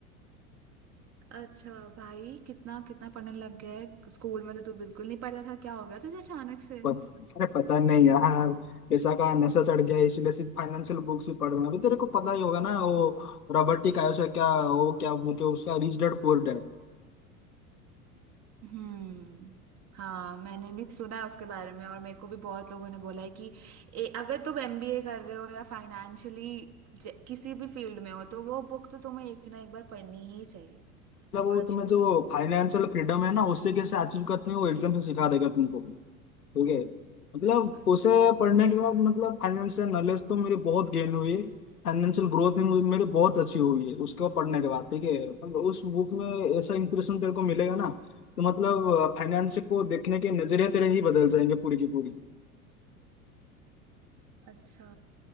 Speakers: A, on the right; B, on the left.
A: अच्छा भाई कितना कितना पढ़ने लग गया है स्कूल में तो तू बिल्कुल नहीं पढ़ता था क्या हो गया तुझे अचानक से
B: पत- अरे पता नहीं यार पैसा का नशा चढ़ गया है, इसलिए सिर्फ फाइनेंशियल बुक्स ही पढ़ रहे हैं अभी तेरे को पता ही होगा ना वो रॉबर्ट टी कायोसा क्या वो क्या बुक है उसका रिच डैड पुअर डैड
A: हम्म हाँ मैंने भी सुना है उसके बारे में और मेरे को भी बहुत लोगों ने बोला है कि ए, अगर तुम एमबीए कर रहे हो या फाइनेंशियली किसी भी फील्ड में हो तो वो बुक तो तुम्हें एक ना एक बार पढ़नी ही चाहिए
B: मतलब
A: बहुत
B: वो
A: अच्छी
B: तुम्हें
A: बुक
B: जो फाइनेंशियल फ्रीडम है ना उससे कैसे अचीव करते हैं वो एग्जाम से सिखा देगा तुमको ठीक है मतलब
A: है
B: उसे पढ़ने के बाद मतलब फाइनेंशियल नॉलेज तो मेरी बहुत गेन हुई है फाइनेंशियल ग्रोथ भी मुझे- मेरी बहुत अच्छी हुई है उसको पढ़ने के बाद ठीक है मतलब उस बुक में ऐसा इंप्रेशन तेरे को मिलेगा ना तो मतलब फाइनेंस को देखने के नजरिया तेरे ही बदल जाएंगे पूरी की पूरी
A: अच्छा